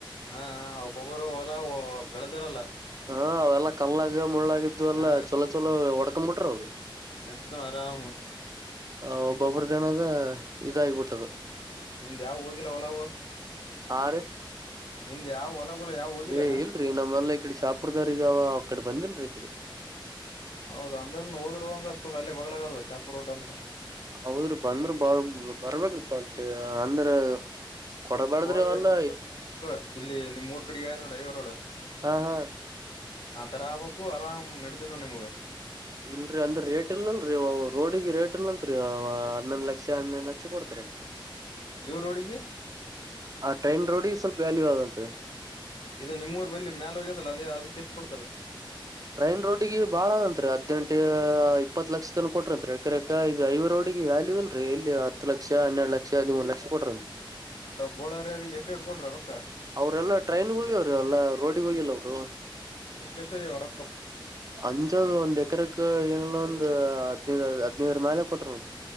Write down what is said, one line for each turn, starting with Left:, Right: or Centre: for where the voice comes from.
Left: ಹಾ ಒಬ್ಬೊಬ್ಬರು ಹೊಲ್ಲ ಬೆಳೆದಿರಲ್ಲ
Right: ಹಾ ಅವೆಲ್ಲಾ ಕಲ್ಲಾಗ ಮುಳ್ಳಾಗಿದ್ದು ಎಲ್ಲಾ
Left: ಹಾ
Right: ಚಲೋ ಚೊಲೋ ಒಡ್ಕೊ್ಂಬ ಬಿಟ್ರ ಅವದು.
Left: ನಡೀತ್ ನೋಡ್ ಆರಾಮ್
Right: ಆ
Left: ನಿಮ್
Right: ಒಬ್ಬೊಬ್ರ್ದನದ ಇದಾಗಿಬಿಟ್ಟದ.
Left: ನಿಮ್ದ್ ಯಾವ ಹೋಗಿಲ್ಲ ಹೊಲವು
Right: ಆ ರ
Left: ನಿಮ್ದ್ ಯಾವ ಹೊಲಗಳು ಯಾವ್ ಹೋಗಿಲ್ಲನ
Right: ಏ ಇಲ್ರಿ ನಮ್ಮೆಲ್ಲಾ ಇಕಡೆ ಶಾಪದಾರಿಗ ಅ ಕಡೆ ಬಂದಿಲ್ರರಿ ಈಕಡೆ
Left: ಹೌದ ಅಂದ್ರನು ಹೋದ್ರು ಹಂಗತ್ತು ಅಲ್ಲಿ ಬಗ್ಲಾಗದ ಚಾಪು ರೋಟ್ ಅಂದ್ರೆ
Right: ಹೌದ್ರಿ ಬಂದ್ರಿ ಬ ಬರ್ಬೇಕ್ರಿಪ್ಪ ಅಂತ ಅಂದ್ರ ಕೊಡಬ್ಯಾಡ್ದ್ರಿ
Left: ಫೋರ್
Right: ಅವಲ್ಲ
Left: ವ ಇಲ್ಲಿ ನಿಮ್ಮ್ೂರ್ ಕಡೆಗೆ ಯ್ದೋಡ ಐವರೋಡ
Right: ಹಾ ಹಾ
Left: ಆ ತರ ಆ ಬಕ್ಕು ಆರಾಮ್ ನಡತಂದ ನಿಮಗ
Right: ಇಲ್ರರಿ ಅಂದ್ರ ರೇಟ್ ಇಲ್ಲಲ್ರರಿ ರೋಡಿಗೆ ರೇಟ್ ಇಲ್ಲತ್ರಿ ಹನ್ನೊಂದ್ ಲಕ್ಷ ಹನ್ನೆ್ ಲಕ್ಷ ಕೊಡ್ತಾರ ಅಂತ
Left: ಇವ್ ರೋಡಿಗಿ
Right: ಆ ಟ್ರೈನ್ ರೋಡಿಿಗೆ ಸ್ವಲ್ಪ ವ್ಯಾಲಯೂ ಆದತ್ರಿ
Left: ಇೇ ನಿಮ್ಮ್ ಊರ್ ಬಳಿ ಮ್ಯಾಲ ಹೋಗ್ಯತಲ್ಲ ಅದೇ ಅದಕ್ಕೆ ಎಷ್ಟು ಕೊಡ್ತಾರೆ
Right: ರಟೈನ್ ರೋಡ್ಿಗೆ ಬಾಳ ಅದಂತ್ರಿ ಹದ್ೆಂಟ ಇಪ್ಪತ್ತು ಲಕ್ಷ ತನ ಕೊಟ್ರಂತ್ರಿ ಎಕ್ರ ಇದು ಐವ ರೋಡಿ ಈಗ ವ್ಯಾಲ್ಯೂ ಇಲ್ರರಿ ಇಲ್ಲಿ ಹತ್ತು ಲಕ್ಷ ಹನ್ನೆರಡು ಲಕ್ಷ ಹದಿಮೂರು ಲಕ್ಷ ಕೊಟ್ರಿ
Left: ಮತ್ತ ಅವ ಬೋಳಾರರಿಗೆ ಎಷ್ಟು ಎಟ್ ಕೊಡ್ರ ರೊಕ್ಕ
Right: ಅವ್ರಲ್ಲ ಟ್ರೈನ್ಗ ಹೋಗ್ಯವರು ಎಲ್ಲಾ ರೋಡಿಗ ಹೋಗಿಲ್ಲ ಅವರು
Left: ಎಷ್ಟ ಎಷ್ಟು ಅ ಅವರು
Right: ಅಂಜ ಒಂದ್ ಎಕರ್ಕ್ಕೆ ಏನ ಒಂದು ಹದಿನೈದು ಹದಿನೈದರ ಮಾಲಲೆ ಕೊ್ರರು ನೋಡಿ